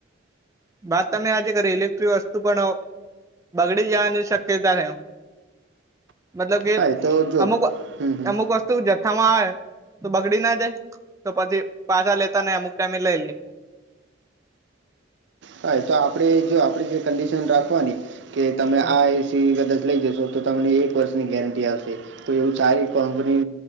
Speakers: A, on the right; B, on the right.
A: બાત તમે આજે કરી ઇલેક્ટ્રિક વસ્તુ પણ બગડી જવાની શક્યતા રેવ મતલબ કે
B: હા એ તો જો
A: અમુક-અમુક
B: હમ હમ
A: વ તું જથ્થા માં આવે તો બગડી ના જાય તો પછી પાછા લેતા ને અમુક ટાઈમે લઈ લે
B: હા તો આપડે જો આપે જે કંડિશન રાખવાની કે તમે
A: હમ
B: આ એસી કદાચ જ લઈ જશો તો તો તમને એક વર્ષની ગેરંટી આવશે તો એવું સારી કપની